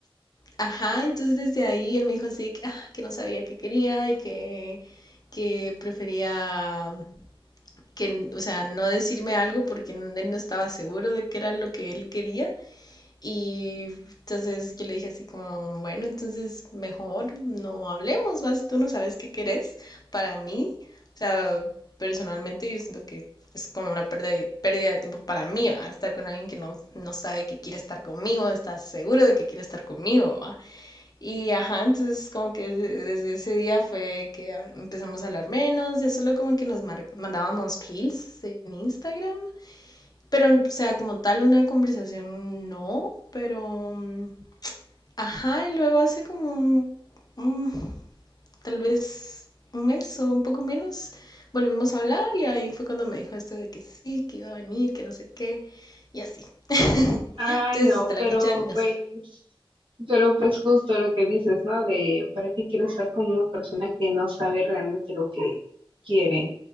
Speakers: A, on the left; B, on the right.
A: Ajá, entonces desde ahí él me dijo así que, ah, que no sabía qué quería y que, que prefería que, o sea, no decirme algo porque n- él no estaba seguro de qué era lo que él quería. Y entonces yo le dije así como, bueno, entonces mejor no hablemos, vas, tú no sabes qué querés para mí. O sea, personalmente yo siento que es como una pérdida de, pérdida de tiempo para mí, ¿va? estar con alguien que no, no sabe que quiere estar conmigo, está seguro de que quiere estar conmigo. ¿va? Y ajá, entonces como que de- desde ese día fue que ah, empezamos a hablar menos, ya solo como que nos mar- mandábamos reels en Instagram, pero o sea, como tal una conversación no, pero mm, ajá, y luego hace como un- un- tal vez un mes o un poco menos volvimos a hablar y ahí fue cuando me dijo esto de que sí, que iba a venir, que no sé qué, y así. <laughs>
B: Ay,
A: Entonces
B: no,
A: hasta la
B: pero
A: fecha no
B: pues,
A: sé.
B: pero pues justo lo que dices, ¿no? De, ¿para qué quieres estar con una persona que no sabe realmente lo que quiere?